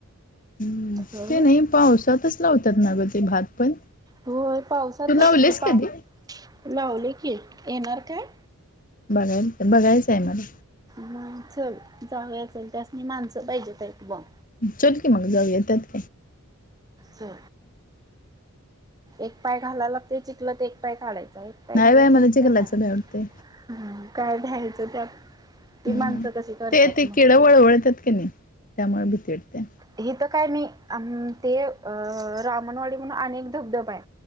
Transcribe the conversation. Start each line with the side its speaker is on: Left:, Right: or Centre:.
Left: हम्
Right: हं
Left: ते नाही पावसातच लावतात ना गं ते भात पण
Right: होय पावसातच
Left: तू लावलेस
Right: कि पा
Left: कधी
Right: लावले की येणार काय
Left: बघायला बघायचं आहे मला
Right: मग च जागयाचल त्यासनी माणसं पाहिजेत आहेत बॉम
Left: चत की मगा जाऊ येतात
Right: ते एक पाय घालायला लागते चिकल तर एक पाय काढायच एक काय
Left: नाही
Right: घालायचं
Left: बाय मला
Right: एक
Left: चिखलाचं
Right: काय फ
Left: भ्या वाटतंय
Right: काय ठ्यायचं त्यात ती
Left: हम्
Right: माणसं कशी करतात
Left: ते ते
Right: मग
Left: केिळवळवळतात क नाही त्यामुळे भीतीडते
Right: हिथ काय नाही ते अ रामणवाडी म्हणून अनेक धबधब आहे.